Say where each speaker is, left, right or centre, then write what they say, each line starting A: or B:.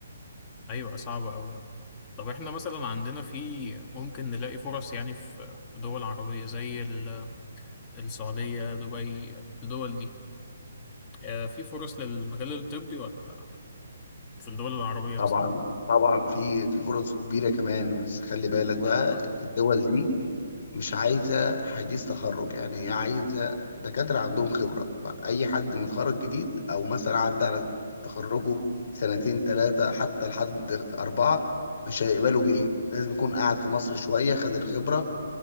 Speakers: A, on the left (about 25°); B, on the left (about 55°).
A: أيوة صعبة أوي طب إحنا مثلا عندنا في ممكن نلاقي فرص يعني في في دول عربية زي ال- السعودية دبي الدول دي آه، في فرص للمجال الطبي ولا في الدول العربية
B: طبعا
A: مثلا
B: طبعا في في فرص كبيرة كمان بس خلي بالك بقى
A: طب
B: الدول دي مش عايزة حديث تخرج يعني هي عايزة دكاترة عندهم خبرة فأي حد متخرج جديد أو مثلا عدى على تخرجه سنتين ثلاثة حتى لحد أربعة مش هيقبلوا بيه لازم يكون قاعد في مصر شوية خد الخبرة